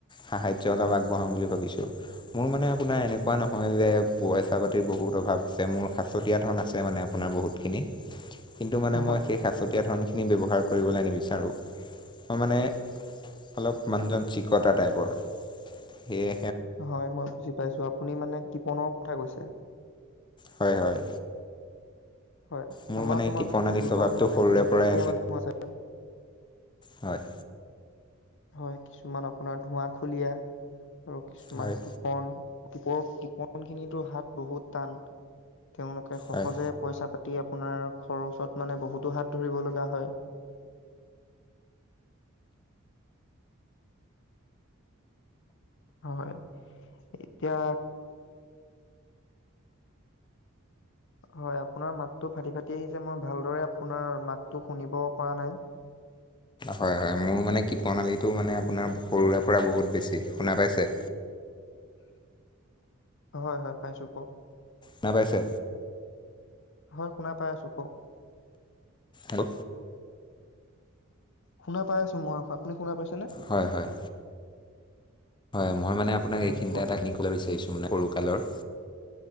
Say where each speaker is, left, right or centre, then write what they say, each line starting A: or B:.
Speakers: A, on the left; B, on the left.
A: সাহায্য অলপ আগবঢ়াম বুলি ভাবিছো। মোৰ মানে আপোনাৰ এনেকুৱা নহয় যে পইচা পাতিৰ বহুত প্ৰভাৱ আছে মোৰ সাঁচতিয়া ধন আছে মানে আপোনাৰ বহুত খিনি, কিন্তু মানে মই
B: হয়,
A: সেই সাঁচতিয়া ধন খিনি ব্যৱহাৰ কৰিবলৈ নিবিচাৰোঁ, মানে অলপ মানুহজন চিকতা টাইপৰ, সেয়ে
B: হয় মই বুজি পাইছো আপুনি মানে কৃপনৰ কথা কৈছে।
A: হয় হয়।
B: হয়
A: মোৰ
B: আমাৰ
A: মানে
B: সমাজত
A: কৃপণালী
B: দুজন
A: স্বভাৱটো
B: মানে
A: সৰুৰে
B: দুই
A: পৰাই
B: প্ৰক্ৰীয়া মানুহ আছে।
A: হয়।
B: হয় কিছুমান আপোনাৰ ধোঁৱা খুলীয়া আৰু কিছুমান
A: হয়
B: কৃপন কিপ কৃপন খিনিতো হাত বহুত টান, তেওঁলোকে সহজে
A: হয়।
B: পইচা পা তী আপোনাৰ খৰচত মানে বহুতো হাত ধৰিব লগা হয়। <inaudible> হয়, এতিয়া হয় আপোনাৰ মাতটো ফাটি ফাটি আহিছে মই ভালদৰে আপোনাৰ মাতটো শুনিব পৰা নাই। <inaudible>
A: হয় হয় মোৰ মানে কৃপনালীটো মানে আপোনাৰ সৰুৰে পৰা বহুত বেছি শুনা পাইছে।
B: <inaudible> হয় হয় পাইছো কওক।
A: নাপাইছে?
B: হয় শুনা পাই আছোঁ কওক?
A: হ
B: শুনা পাই আছো মই, আপুনি শুনা পাই
A: হয় হয়। হয় মই মানে আপোনাক
B: হয়
A: এইখিনিতে
B: কওক
A: এটা কিনি কব বিচাৰিছোঁ মানে সৰুকালৰ